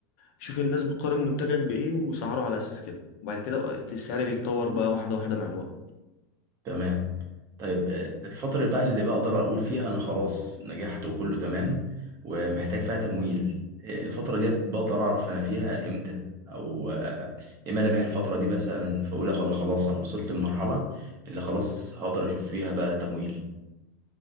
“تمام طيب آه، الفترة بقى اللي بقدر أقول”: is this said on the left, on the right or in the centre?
Right